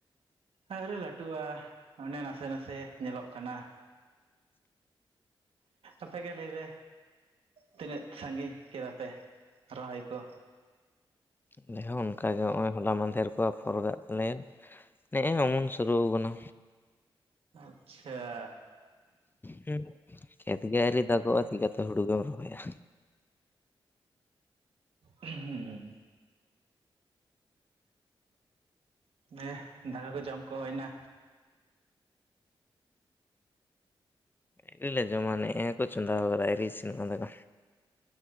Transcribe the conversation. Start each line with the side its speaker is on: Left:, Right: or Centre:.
Right: ᱟᱹᱣᱨᱤ ᱞᱟᱹᱴᱩᱜᱼᱟ ᱚᱱᱮ ᱱᱟᱥᱮ ᱱᱟᱥᱮ ᱧᱮᱞᱚᱜ ᱠᱟᱱᱟ ᱾ ᱟᱯᱮᱜᱮ ᱞᱟᱹᱭᱯᱮ ᱛᱤᱱᱟᱹᱜ ᱥᱟᱺᱜᱤᱧ ᱠᱮᱫᱟ ᱯᱮ ᱨᱚᱦᱚᱭ ᱠᱚ?
Left: ᱟᱞᱮ ᱦᱚᱸ ᱚᱱᱠᱟᱜᱮ ᱦᱚᱸᱜᱼᱚᱭ ᱦᱚᱞᱟ ᱢᱟᱫᱷᱮᱨ ᱠᱚ ᱟᱯᱷᱚᱨ ᱠᱟᱜ ᱛᱟᱞᱮᱭᱟ ᱱᱮᱜᱼᱮ ᱚᱢᱚᱱ ᱥᱩᱨᱩᱣ ᱠᱟᱱᱟ
Right: ᱟᱪᱪᱷᱟ
Left: ᱦᱩᱸ ᱠᱷᱮᱛ ᱜᱮ ᱟᱹᱣᱨᱤ ᱫᱟᱜᱚᱜᱼᱟ ᱪᱤᱠᱟᱛᱮ ᱦᱩᱲᱩ ᱜᱮᱢ ᱨᱚᱦᱚᱭᱟ?
Right: ᱦᱩᱸ ᱢᱮ ᱫᱟᱠᱟ ᱠᱩ ᱡᱚᱢ ᱦᱩᱭᱱᱟ
Left: ᱟᱹᱣᱨᱤ ᱞᱮ ᱡᱚᱢᱟ ᱱᱮᱜᱼᱮ ᱠᱚ ᱪᱚᱸᱫᱟᱣ ᱠᱟᱫᱟ ᱟᱹᱣᱨᱤ ᱤᱥᱤᱱᱚᱜᱼᱟ ᱫᱟᱠᱟ